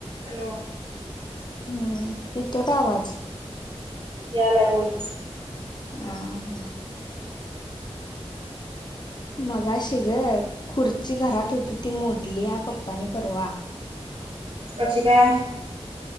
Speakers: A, on the right; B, on the left.
A: Hello
B: हू येतो का आवाज
A: यालाय <unintelligible>
B: आ हा मगाशी ग खुर्ची घरात होती ती मोडलीया पप्पानी परवा.
A: कशी काय?